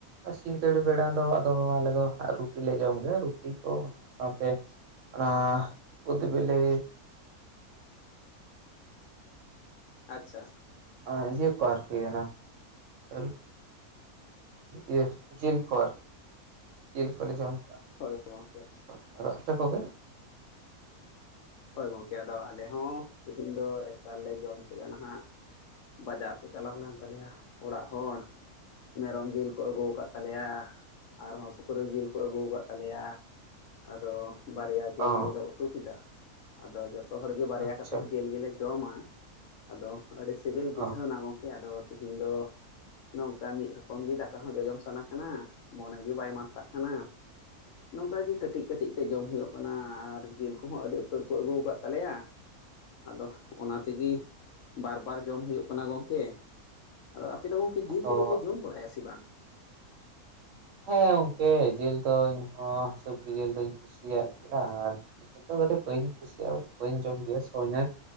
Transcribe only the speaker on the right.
ᱥᱤᱜᱟᱹᱲ ᱵᱮᱲᱟ ᱫᱚ ᱟᱫᱚ ᱟᱞᱮ ᱫᱚ ᱨᱩᱴᱤᱞᱮ ᱡᱚᱢ ᱜᱮᱭᱟ ᱨᱩᱴᱤ ᱠᱚ ᱚᱱᱟ ᱥᱟᱶᱛᱮ ᱚᱱᱟ ᱠᱩᱫᱽ ᱵᱤᱞᱤ
ᱟ ᱤᱭᱟᱹ ᱠᱚ ᱟᱨᱠᱤ ᱚᱱᱟ ᱟᱨᱩ <inaudible> ᱡᱤᱞ ᱠᱚ ᱟᱨᱠᱤ ᱡᱤᱞ ᱠᱚ ᱞᱮ ᱡᱚᱢ <unintelligible>
ᱟᱨ ᱟᱯᱮ ᱠᱚᱜᱮ
ᱚ
ᱟᱪᱪᱷᱟ
ᱚ
ᱟᱫᱚ
ᱦᱮᱸ ᱜᱚᱝᱠᱮ ᱡᱤᱞ ᱫᱚ ᱤᱧ ᱦᱚᱸ ᱦᱤᱥᱟᱹᱵᱽ ᱡᱤᱞ ᱫᱚᱧ ᱠᱩᱥᱤᱭᱟᱜ ᱜᱮᱭᱟ ᱟᱨ ᱡᱚᱛᱚ ᱠᱟᱹᱴᱤᱡ ᱵᱟᱹᱧ ᱠᱩᱥᱤᱭᱟᱜᱼᱟ ᱵᱟᱹᱧ ᱡᱚᱢ ᱜᱮᱭᱟ ᱥᱚ ᱧᱟ